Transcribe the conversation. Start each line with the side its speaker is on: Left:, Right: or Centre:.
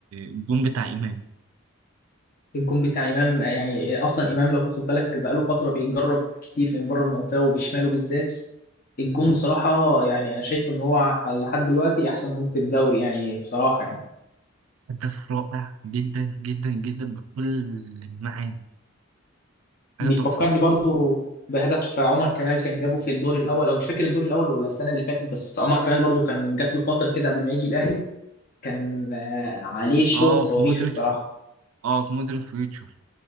Right: الجون بتاع امام
Left: الجون بتاع امام يعني اصلا امام لو تاخد بالك بقاله فتره بيجرب كتير من بره المنطقه وبشماله بالذات الجون بصراحه يعني انا شايف ان هو لحد دلوقتي احسن جون في الدوري يعني بصراحه يعني
Right: هدف رائع جدا جدا جدا بكل المعاني حاجه
Left: بيفكرني
Right: تحفه
Left: برضو بهدف عمر كمال كان جابه في الدور الاول او مش فاكر الدور الاول ولا السنه اللي فاتت بس عمر كمال برضو كان جات له فتره كده قبل ما يجي الاهلي كان آه، عليه شوط
Right: اه
Left: صواريخ
Right: في مودريتش
Left: الصراحه
Right: اه في مودريتش